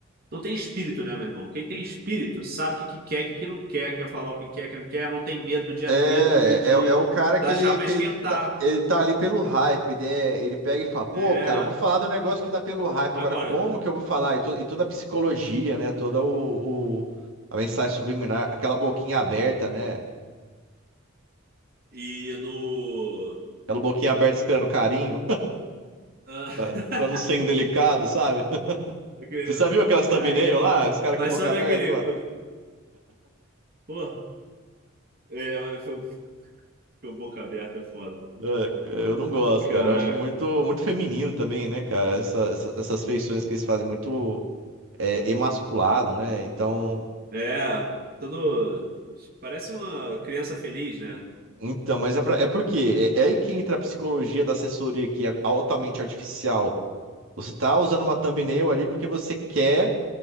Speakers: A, on the right; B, on the right.
A: Não tem espírito, né, meu irmão? Quem tem espírito sabe o que que quer, o que que não quer, quer falar o que quer, o que não quer, não tem medo de
B: é,
A: atrito e de
B: é, é o cara
A: da
B: que ele,
A: chapa
B: que
A: esquentar.
B: ele tá, ele tá ali pelo hype, né? Ele pega e fala, pô,
A: É.
B: cara, vou falar do negócio que tá pelo hype,
A: Agora,
B: agora como que eu vou falar? E, to- e toda a psicologia, né? Toda o, o- a mensagem subliminar, aquela boquinha aberta, né?
A: e no.
B: Aquela boquinha aberta esperando carinho.
A: Ah,
B: Pra, pra não ser
A: <laughs>
B: indelicado, sabe? <laughs>
A: aquele
B: Você já viu aquelas thumbnail
A: carinho.
B: lá? Os caras
A: Vai
B: com a boca
A: só
B: aberta?
A: ver aquele.
B: Pra...
A: Porra. É, mas foi- ficou boca aberta, é foda.
B: É, Eu não gosto,
A: Caraca.
B: cara. Eu acho muito, muito feminino também, né, cara? Essa- essa- essas feições que eles fazem muito é, emasculado, né? Então,
A: É, tudo. Parece uma criança feliz, né?
B: então, mas é, pra, é porque é, é aí que entra a psicologia da assessoria, que é altamente artificial. Você tá usando uma thumbnail ali porque você quer